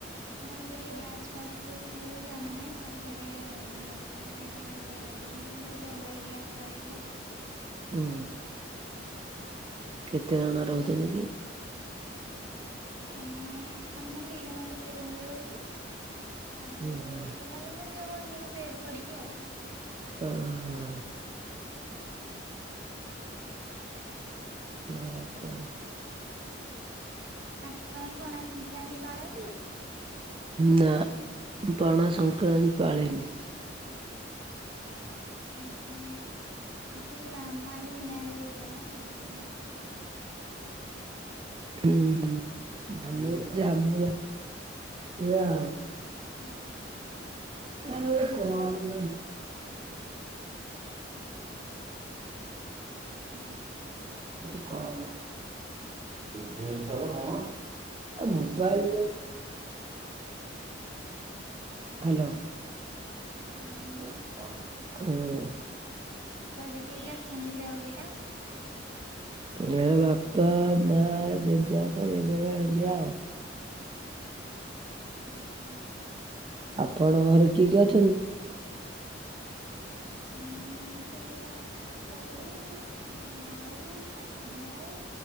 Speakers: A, on the right; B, on the right.
A: ମତେ ଟିକେ ଗ୍ୟାସ୍ ଫ୍ୟାସ୍ ତିଆରି <unintelligible> ଜଣା ନାହିଁ ତ, ସେ ଟିକେ ଇଏ ଲାଇଟର ବାଇଟର ମାରି ଦିଅନ୍ତି, ମତେ ଡର ଲାଗେ ଗ୍ୟାସ୍ ଲଗେଇଲେ।
B: ହୁଁ କେତେ ଜଣ ରହୁଛନ୍ତି କି?
A: ଉଁ ଆମେ ଦି ଜଣ ଗୋଟେ ରୁମରେ ରହୁଛୁ। ଆଉ
B: ଉଁ ହୁଁ
A: ଅଲଗା ରୁମରେ ଯୋଉଁ ମାନେ ବେଡ୍ ପଡିଛି ଆଉ।
B: ହ ହଉ। ଆଉ କଣ?
A: ଆପଣ ପଣା ସଂକ୍ରାନ୍ତି ପାଳନ୍ତି?
B: ନା ପଣା ସଂକ୍ରାନ୍ତି ପାଳେନି।
A: ଉଁ - ହୁଁ। ଆଛା ଏ ତମ ଆଡ଼େ ନିଆଁରେ ଚାଲନ୍ତି, ନିଆଁରେ?
B: ହୁଁ-ହୁଁ ଆମର ଝାମୁ ଯାତ୍ରା ଆଉ।
A: ହଁ
B: ଆ
A: ହଁ
B: କ <inaudible>
A: <inaudible> ହଁ
B: ଓ। ଭବେଶ୍ୱର କଣ ଏ ମୁଂବାଇଁ ହେଲୋ।
A: ହଁ।
B: ହୁଁ।
A: ଘରେ କିଏ କିଏ ଅଛନ୍ତି ଯେ ଅବିକା?
B: ହଁ ବାପା, ମା, ଜେଜେବାପା, ଜେଜେମା ଏମିତି ଆଉ।
A: ହୁ- ହୁଁ।
B: ଆପଣଙ୍କ ଘରେ କିଏ କିଏ ଅଛନ୍ତି?
A: ହୁଁ ସେଇ ବାପା, ବୋଉ ତାପରେ ଭାଇ ତାପରେ ସାନ ଭାଇ,